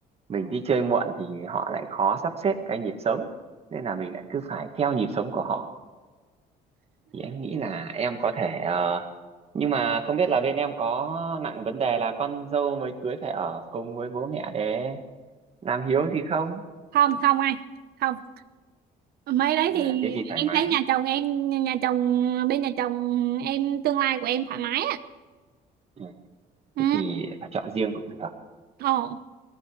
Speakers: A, on the right; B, on the right.
A: mình đi chơi muộn thì họ lại khó sắp xếp cái nhịp sống nên là mình lại cứ phải theo nhịp sống của họ thì em nghĩ là em có thể ờ, nhưng mà không biết là bên em có nặng vấn đề là con dâu mới cưới phải ở cùng với bố mẹ để làm hiếu gì không
B: không không anh. Không. Mấy đấy
A: à,
B: thì
A: thế thì thoải
B: em
A: mái
B: thấy nhà chồng em nhà chồng bên nhà chồng em tương lai của em thoải mái á.
A: ừ.
B: Ừ.
A: thế thì chọn riêng cũng được
B: Ồ.